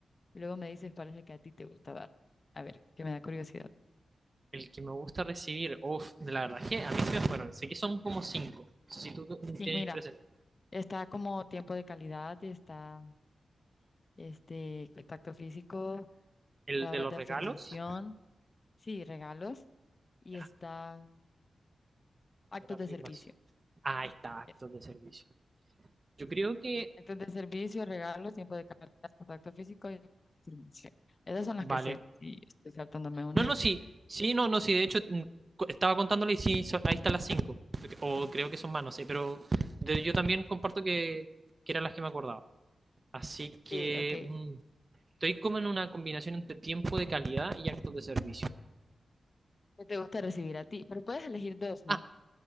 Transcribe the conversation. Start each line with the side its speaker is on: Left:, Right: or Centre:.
Left: Y luego me dices cuál es el que a ti te gusta dar. A ver, que me da curiosidad.
Right: El que me gusta recibir, uff, la verdad es que a mí se me fueron. Sé que son como cinco. No sé Si tú tienes
Left: Y mira,
Right: presente
Left: está como tiempo de calidad, está este contacto físico,
Right: el
Left: palabras
Right: de los
Left: de
Right: regalos,
Left: afirmación, sí, regalos y
Right: ya,
Left: está actos
Right: ahora
Left: de
Right: firmas.
Left: servicio.
Right: Ah, ahí está, actos
Left: Eso.
Right: de servicio. Yo creo que,
Left: Actos de servicio, regalos, tiempo de calidad, contacto físico y afirmación. Esas son las
Right: vale.
Left: que sé. Sí, estoy saltándome una.
Right: No, no, sí,
Left: <laughs>
Right: sí, no, no, sí. De hecho, mm, co- estaba contándole y sí, so- ahí están las cinco. O creo que son más, no sé, pero de- yo también comparto que, que eran las que me acordaba. Así que,
Left: Sí, ok.
Right: mm, Estoy como en una combinación entre tiempo de calidad y actos de servicio.
Left: que te gusta recibir a ti, pero puedes elegir dos, ¿no?
Right: Ah,